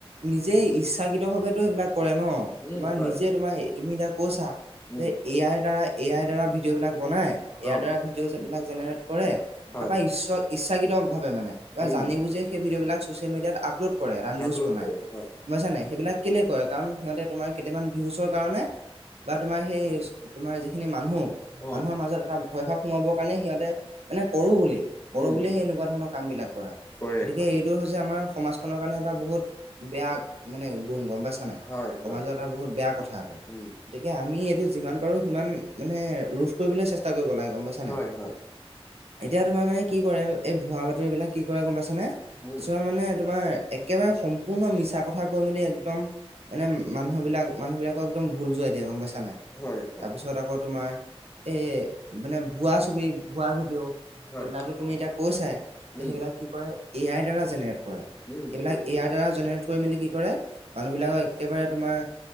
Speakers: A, on the right (about 75°); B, on the left (about 25°).
A: নিজেই ইচ্ছাকি শুদ্ধ ভাৱেটো সেইবিলাক কৰে ন,
B: উম
A: তোমাক
B: হয়
A: নিজে তোমাৰ তুমি এতিয়া কৈছা
B: উম
A: যে এ আইৰ দ্বাৰা এ আই দ্বাৰা ভিডিঅ বিলাক বনাই। ইয়াৰ
B: অ
A: দ্বাৰা ভিডিঅ যোন বিলাক জেনেৰেট কৰে।
B: হয়
A: তাৰপৰা ইচ্ছ ইচ্ছাকৃত ভাৱে মানে বা
B: উম
A: জানি বুজি সেই ভিডিঅ বিলাক ছচিয়েল মিডিয়াত আপলোড কৰে এটা নিউজ
B: আপলোড
A: বনাই।
B: কৰে হয়
A: গম পাইছান নাই, সেইবিলাক কেলে কৰে কাৰণ সিহঁতে তোমাৰ কেইটামান ভিউচৰ কাৰণে বা তোমাৰ সেই তোমাৰ যিখিনি মানুহ।
B: অ
A: মানুহৰ মাজত এটা ভয় ভাৱ সোমাবৰ কাৰণে সিহঁতে মানে কৰোঁ বুলি, কৰোঁ
B: উম
A: বুলিয়ে সেই এনেকুৱা ধৰণৰ কাম বিলাক কৰে।
B: কৰে। কৰে
A: এই এইটো হৈছে আমাৰ সমাজখনৰ কাৰণে এটা বহুত বেয়া মানে গুণ গম পাইছা নাই।
B: হয়
A: সমাজৰ
B: হয়
A: এটা বহুত বেয়া কথা এইটো।
B: উম
A: গতিকে আমি এইটো যিমান পাৰো সিমান মানে ৰোধ কৰিবলৈ চেষ্টা কৰিব লাগে। গম পাইছা
B: হয়
A: নাই?
B: হয়
A: এতিয়া তোমাৰ মানে কি কৰে এই ভুৱা বাতৰি বিলাক কি কৰে গম পাইছা নে?
B: উম
A: কিছুমান মানে তোমাৰ একেবাৰে সম্পূৰ্ণ মিছা কথা কৈ মেলি একদম মানে মানুহবিলাক মানুহ বিলাকৰ একদম ভুল যোৱাই দিয়া গম পাইছা নাই।
B: হয় হয়
A: তাৰপিছত আকৌ তোমাৰ এ মানে ভুৱা ছবি ভুৱা ভিডিঅ
B: হয়
A: সেইবিলাকো তুমি এতিয়া কৈ চাই।
B: উম
A: সেইবিলাক কি কৰে এ আইৰ দ্বাৰা জেনেৰেট কৰে।
B: উম
A: এইবিলাক
B: হয়
A: এ আইৰ দ্বাৰা জেনেৰেট কৰি মেলি কি কৰে মানুহ বিলাকক একেবাৰে তোমাৰ